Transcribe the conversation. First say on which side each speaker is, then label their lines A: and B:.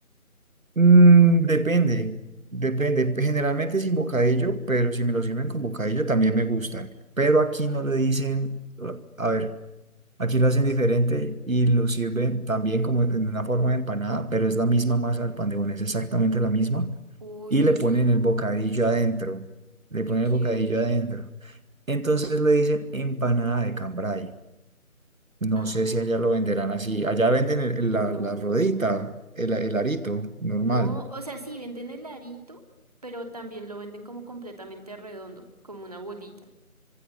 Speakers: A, on the right; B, on the right.
A: Mm, depende, depende. Generalmente sin bocadillo, pero si me
B: Ok.
A: lo sirven con bocadillo también me gusta. Pero aquí no le dicen, a ver, aquí lo hacen diferente y lo sirven también como en una forma de empanada, pero es la misma masa del pan de bono, es exactamente la misma.
B: Uy,
A: Y
B: qué
A: le
B: rico.
A: ponen el bocadillo adentro, le
B: Yo
A: ponen
B: quiero.
A: el bocadillo adentro. Entonces le dicen empanada de cambray. No
B: Ah,
A: sé si allá lo venderán así. Allá venden el- el-
B: no.
A: la, la rodita, el, el arito normal.
B: No, o sea, sí venden el arito, pero también lo venden como completamente redondo, como una bolita,